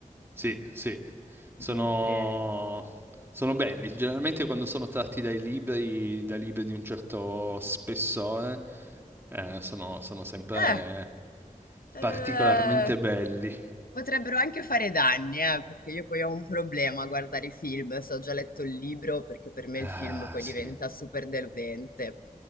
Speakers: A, on the right; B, on the left.
A: Sì, sì, sono,
B: Mentre...
A: sono belli. Generalmente quando sono tratti dai libri, da libri di un certo spessore, eh, sono sono sempre
B: Eh, eh,
A: particolarmente belli.
B: Potrebbero anche fare danni, eh, perché io poi ho un problema a guardare i film, se ho già letto il libro, perché per me
A: Ah,
B: il film poi
A: sì.
B: diventa super deludente.